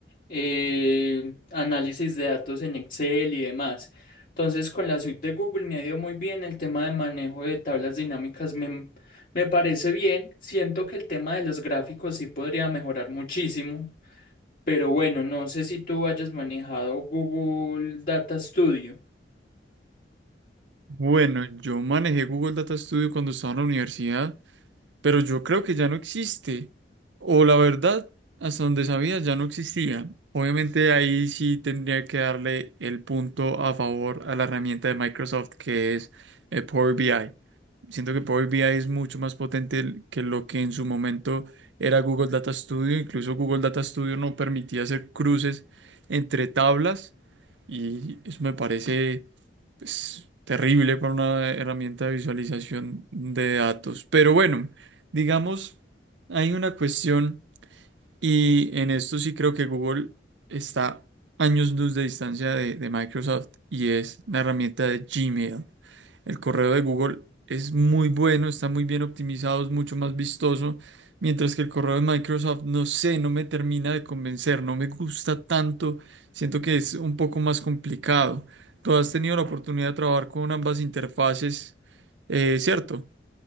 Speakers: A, on the left; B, on the right.
A: eh, análisis de datos en Excel y demás. Entonces con la suite de Google me ha ido muy bien. El tema de manejo de tablas dinámicas me, me parece bien. Siento que el tema de los gráficos sí podría mejorar muchísimo pero bueno, no sé si tú hayas manejado Google Data Studio.
B: Bueno, yo manejé Google Data Studio cuando estaba en la universidad. pero yo creo que ya no existe. O la verdad, hasta donde sabía, ya no existía. Obviamente ahí sí tendría que darle el punto a favor a la herramienta de Microsoft que es eh, Power BI. Siento que Power BI es mucho más potente que lo que en su momento era Google Data Studio. Incluso Google Data Studio no permitía hacer cruces entre tablas y eso me parece pues, terrible para una herramienta de visualización de datos. Pero bueno. Digamos, hay una cuestión y en esto sí creo que Google está años luz de distancia de, de Microsoft y es la herramienta de Gmail. El correo de Google es muy bueno, está muy bien optimizado, es mucho más vistoso, mientras que el correo de Microsoft, no sé, no me termina de convencer, no me gusta tanto, siento que es un poco más complicado. ¿Tú has tenido la oportunidad de trabajar con ambas interfaces, eh, cierto?